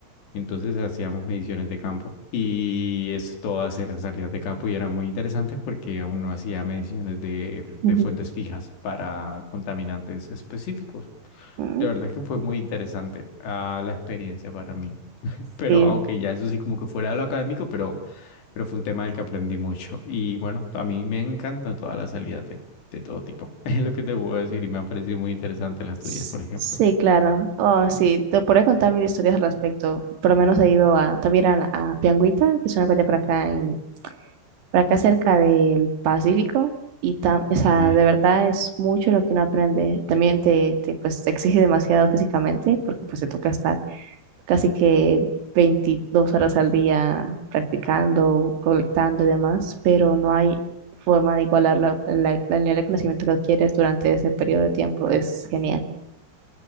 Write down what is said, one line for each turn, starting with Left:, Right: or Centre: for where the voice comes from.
Left: Entonces hacíamos mediciones de campo y es, todas eran salidas de campo y eran muy interesantes porque uno hacía mediciones de, de
Right: Ujú.
Left: fuentes fijas para contaminantes específicos.
Right: Mm,
Left: La verdad es que fue muy interesante ah, la experiencia para mí. Pero
Right: Sí,
Left: aunque ya eso sí como que fuera de lo académico, pero, pero fue un tema del que aprendí mucho. Y bueno, a mí me encantan todas las salidas de, de todo tipo. <laughs> Es lo que te puedo decir y me ha parecido muy interesante las
Right: s-
Left: tuyas, por ejemplo.
Right: sí, claro. Oh, sí, te podría contar mil historias al respecto. Por lo menos he ido a, también a, la- a Pianguita, que es una playa por acá en por acá cerca del Pacífico y tam- o sea,
Left: Ok.
Right: de verdad es mucho lo que uno aprende. También te, te, pues, te exige demasiado físicamente porque pues te toca estar casi que 22 horas al día practicando, colectando y demás, pero no hay forma de igualar la, la- la nivel de conocimiento que adquieres durante ese periodo de tiempo. Es genial.